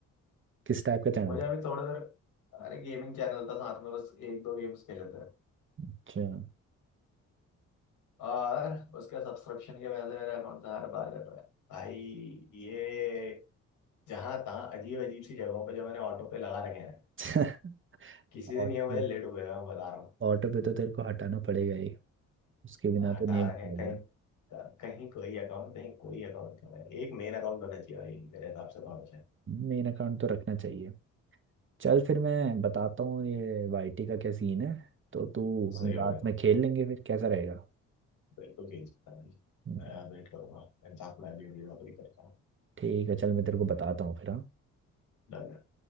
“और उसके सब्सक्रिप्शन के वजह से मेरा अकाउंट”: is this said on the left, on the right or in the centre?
Left